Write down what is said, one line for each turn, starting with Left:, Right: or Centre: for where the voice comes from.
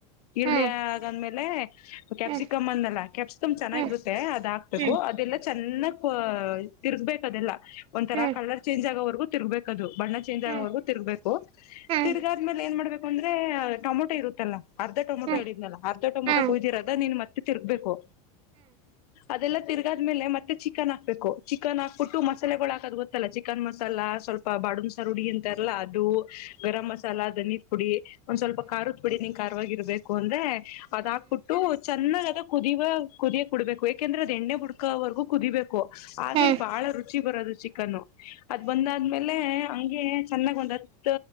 Left: ಈರುಳ್ಳಿ
Right: ಹ್ಮ್
Left: ಆಗಾದ್ಮೇಲೆ ಕ್ಯಾಪ್ಸಿಕಮ್
Right: ಹ್ಮ್
Left: ಅಂದಲ್ಲ ಕ್ಯಾಪ್ಸಿಕಮ್ ಚೆನ್ನಾಗಿರುತ್ತೆ
Right: ಹ್ಮ್
Left: ಅದ ಹಾಕ್ಬೇಕು
Right: ಹ್ಮ್
Left: ಅದೆಲ್ಲ ಎ ಕೊ ತಿರ್ಗ್ಬೇಕದೆಲ್ಲ ಒಂಥರಾ
Right: ಹ್ಮ್ ಹ್ಮ್ ಹ್ಮ್
Left: ಕಲರ್ ಚೇಂಜ್ ಆಗೋವರ್ಗೂ ತಿರ್ಬೇಕದು ಬಣ್ಣ ಚೇಂಜ್
Right: ಹ್ಮ್
Left: ಆಗೋವರು ತಿರ್ಗ್ಬೇಕು
Right: ಹ್ಮ್
Left: ತಿರ್ಗಾದ್ಮೇಲೆ ಏನ್ ಮಾಡ್ಬೇಕು ಅಂದ್ರೆ ಟೊಮೊಟೊ ಇರುತ್ತಲ್ಲಾ ಅರ್ಧ ಟೊಟೋ
Right: ಹ್ಮ್
Left: ಹೇಳಿದ್ನಲ್ಲ ಅರ್ಧ ಟಮೊಟೋ
Right: ಹ್ಮ್
Left: ಕುಯ್ದಿರದಾ ನೀನ್ ತಿ ತಿರ್ಗಬೇಕು. ಅದೆಲ್ಲ ತಿರ್ ಆದ್ಮೇಲೆ ಮತ್ತೆ ಚಿಕನ್ ಹಕ್ಬೇಕು ಚಿಕನ್ ಹಾಕ್ಬಿಟ್ಟು ಮಾಲಗಳು ಹಾಕದ ಲ್ಲ ಚಿಕನ್ ಮಸಾಲ ಸ್ವಲ್ಪ ಬಾಡನ್ ಸಾರುಡಿ ಅಂತಾರಲ್ಲಾ ಅದು ಗರಂ ಮಸಾಲ ಅನಿ ಕುಡಿ ಒಂದ್ ಸ್ವಲ್ಪ ಕರದ ಪುಡಿ ನೀ ಾರವಾಗಿರ್ಬೇಕು ಅಂದ್ರೆ ಅದ ಹಾಕ್ಬಿಟ್ಟು ಚೆನ್ನಾಗ ಅದ ಕುದಿಯುವ ಕುದಿಯ ಕುಡ್ಬೇಕು ಯಾಕೆಂದ್ರೆ ಅದ ಎಣ್ಣೆ ಬುಡ್ಕೋವರೆಗೂ ಕುದಿಬೇಕು
Right: ನನ್ಗ
Left: ಹಾಗೆ ಬಹಳ ರುಚಿ ಬರದು ಚಿಕನ್ ಅದ್ ಬಂದಾದ್ಮೇಲೆ ಹಂಗೆ ಚೆನ್ನಾಗ್ ಒಂದ್ ಹತ್